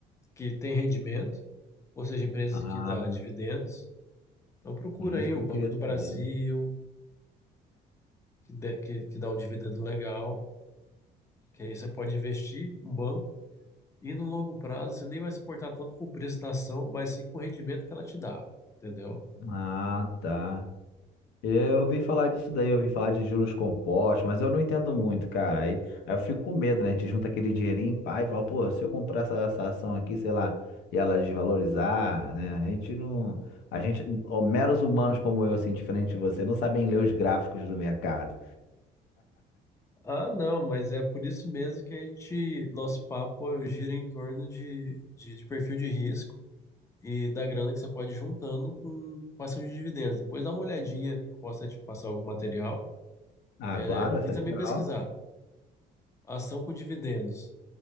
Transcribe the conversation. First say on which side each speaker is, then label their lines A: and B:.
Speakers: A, on the left (about 15°); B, on the left (about 85°).
A: que tem rendimento, ou seja, empresas
B: Ah,
A: que dá dividendos. Então procura
B: isso
A: aí
B: que
A: o
B: eu
A: Banco
B: queria
A: do
B: saber.
A: Brasil, que, dê- que, que dá um dividendo legal, que aí você pode investir no banco E no longo prazo, você nem vai se importar tanto com o preço da ação, mas sim com o rendimento que ela te dá, entendeu?
B: Ah, tá. Eu ouvi falar disso daí, eu ouvi falar de juros compostos, mas eu não entendo muito, cara. Aí, aí eu fico com medo, né? A gente junta aquele dinheirinho, pai, e fala, pô, se eu comprar essa, essa ação aqui, sei lá, e ela desvalorizar, né? A gente não. A gente, ó, meros humanos como eu, assim, diferente de você, não sabem ler os gráficos do mercado.
A: Ah, não, mas é por isso mesmo que a gente, nosso papo gira em torno de, de, de perfil de risco e da grana que você pode ir juntando com, com ação de dividendos. Depois dá uma olhadinha, eu posso até te passar algum material,
B: Ah,
A: né?
B: claro, essa
A: E também
B: é legal.
A: pesquisar ação com dividendos.